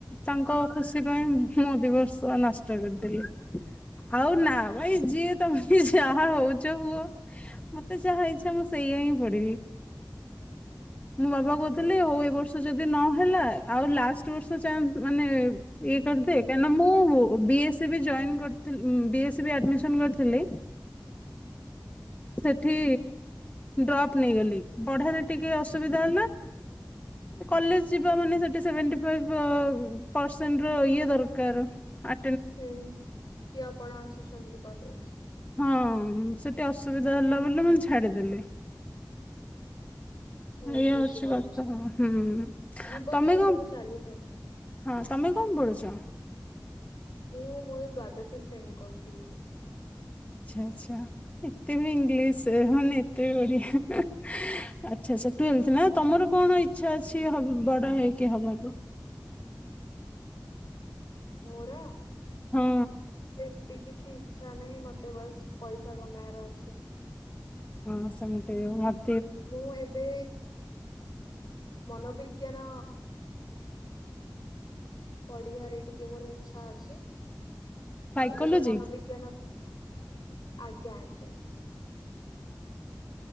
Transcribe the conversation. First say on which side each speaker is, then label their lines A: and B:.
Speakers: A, on the left; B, on the left.
A: ତାଙ୍କ ଖୁସି ପାଇଁ ମୁଁ ଦି ବର୍ଷ ନଷ୍ଟ କରିଦେଲି ଆଉ ନା ଭାଇ ଯିଏ ତମେ ଯାହା ହଉଚ ହୁଅ ମତେ ଯାହା ଇଚ୍ଛା ମୁଁ ସେଇଆ ହିଁ ପଢିବି ମୋ ବାବା କହୁଥିଲ
B: ହୁଁ
A: ହଉ ଏ ବର୍ଷ ଯଦି ନହେଲା ଆଉ ଲାଷ୍ଟ୍ ବର୍ଷ ମାନେ ଇଏ କରିଦେ କାଇଁ ନା ମୁଁ ବିଏସି ବି ଜଏନ କରିଥିଲି ମୁଁ ବିଏସି ବି ଆଡମିଶନ୍ କରିଥିଲି ସେଠି ଡ୍ରପ ନେଇଗଲି ପଢାରେ ଟିକେ ଅସୁବିଧା ହେଲା। କଲେଜ ଯିବା ମାନେ ସେଠି ସେଭେନଟି ଫାଇଭ ଅ ପସେଣ୍ଟର ଇଏ ଦରକାର ଆ
B: ହୁଁ କିଏ ଆପଣ ଆସୁଚନ୍ତି କଲେଜ
A: ହଁ ସେଠି ଅସୁବିଧା ହେଲା ବୋଲି ମୁଁ ଛାଡିଦେଲି।
B: ହୁଁ
A: ଏଇଆ
B: ବୁଝିପାରୁଛି।
A: ହଉଚି କଥା ଆଉ ହୁଁ
B: ଜୀବନରେ
A: ତମେ
B: ଏଇ
A: କଣ
B: ସବୁ ଚାଲିଥାଏ
A: ହଁ ତମେ କଣ ପଢୁଚ?
B: ମୁଁ ମୋର ଦ୍ଵାଦଶ ଶ୍ରେଣୀକୁ ଆସିଲି।
A: ଆଚ୍ଛା ଆଚ୍ଛା ଏତେ ବି ଇଂଲିଶ ହଉନି ଏତେ ବି ଓଡ଼ିଆ ଆଚ୍ଛା ଆଚ୍ଛା ଟୁୱେଲ୍ଥ ନା ତମର କଣ ଇଚ୍ଛା ଅଛି ହବ୍ ବଡ଼ ହେଇକି ହବାକୁ?
B: ମୋର
A: ହଁ
B: ସେମିତି କିଛି ଇଚ୍ଛା ନାହିଁ ମତେ ବାସ ପଇସା କମେଇବାର ଅଛି।
A: ହଁ ସେମଟୁୟୁ ମତ୍
B: ମୁଁ ଏବେ ମନୋବିଜ୍ଞାନ ପଢ଼ିବାରେ ଟିକେ ମୋର ଇଚ୍ଛା ଅଛି
A: ସାଇକୋଲୋଜି
B: ଏବେ ତ ମନୋବିଜ୍ଞାନ ଆଜ୍ଞା ଆଜ୍ଞା।